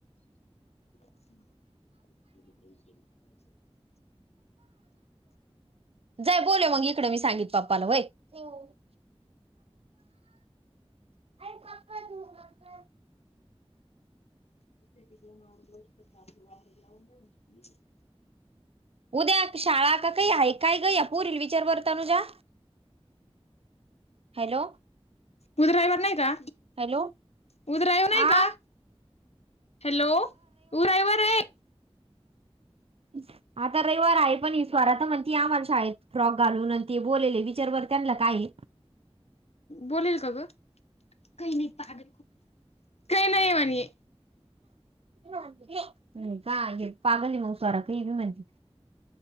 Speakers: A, on the left (about 75°); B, on the right (about 65°).
A: <inaudible>
B: जा बोल मग इकडे मी सांगित पप्पाला होई. हो <unintelligible>
A: <unintelligible>
B: उद्या शाळा का काही आहे काय ग या पुरील विचार बरं तनुजा हॅलो
A: उध्रईवर नाही का
B: हॅलो
A: उद्रईव्ह नाही
B: आ
A: का? हॅलो उ रविवार आहे.
B: ठीक आता रविवार आहे पण ही स्वरा आता म्हणति आम्हाला शाळेत फ्रॉक घालून ते बोलले विचारभर त्यांना काय.
A: बोलेल का ग? काय नाही पागल. काही नाही म्हने
B: नाही का पागल मग सारा का हे बी म्हणते.